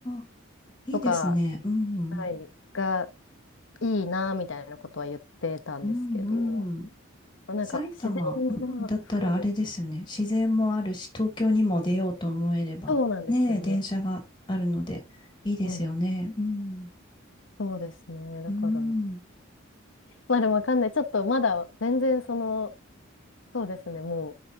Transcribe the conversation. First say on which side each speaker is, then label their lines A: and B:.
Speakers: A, on the left; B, on the left.
A: あ。いいですね。
B: とか、
A: うん、
B: はい、がいいなみたいなことは言ってたんですけど、
A: うん、うんうん。
B: まあなんか自然がそうです。
A: 埼玉、うん埼玉うんだったらあれですよね。自然もあるし、東京にも出ようと思えれば、
B: そうなんですよね。
A: ねえ、電車があるので、いいですよね。
B: うん、
A: うん、
B: そうですね。だから、
A: うん。
B: まあでもわかんない。ちょっとまだ全然その、そうですね、も